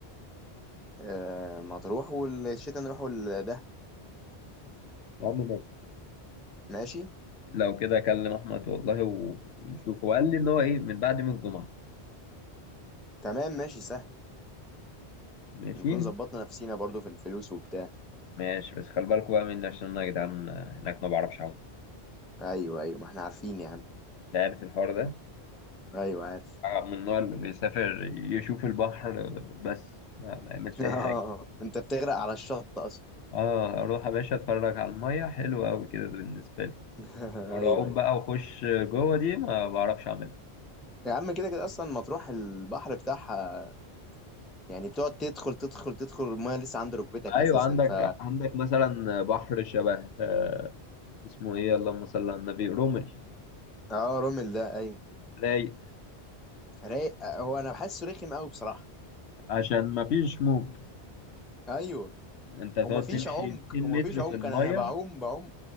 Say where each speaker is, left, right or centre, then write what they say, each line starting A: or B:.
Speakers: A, in the centre; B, on the left.
A: آه مطروح والشتاء نروحوا لده
B: يا عم ماشي
A: ماشي
B: لو كده اكلم احمد والله و- ونشوف هو قال لي ان هو ايه من بعد يوم الجمعه
A: تمام ماشي سهل
B: ماشي
A: نكون ظبطنا نفسينا برضو في الفلوس وبتاع
B: ماشي بس خلي بالكوا بقى مني عشان انا يا جدعان هناك ما بعرفش اعوم
A: ايوه ايوه ما احنا عارفين يا عم
B: انت عارف الحوار ده
A: ايوه عارف
B: من النوع اللي بيسافر يشوف البحر بس ما, ما يعملش
A: <laughs> اه
B: اي حاجه
A: انت بتغرق على الشط اصلا
B: اه اروح يا باشا اتفرج على الميه حلو قوي كده بالنسبه لي
A: <laughs>
B: والعوم
A: ايوه ايوه
B: بقى واخش جوه دي ما بعرفش اعملها
A: يا عم كده كده اصلا مطروح البحر بتاعها يعني بتقعد تدخل تدخل تدخل المايه لسه عند ركبتك
B: ايوه
A: اساسا
B: عندك
A: ف
B: عندك مثلا بحر شبه آه، اسمه ايه اللهم صل على النبي رمل
A: اه رومل ده ايوه
B: رايق
A: رايق هو انا بحسه رخم قوي بصراحه
B: عشان ما فيش موج
A: ايوه
B: انت تقعد
A: وما فيش
B: تمشي
A: عمق
B: 200
A: وما
B: متر
A: فيش عمق
B: في الميه
A: انا انا بعوم بعوم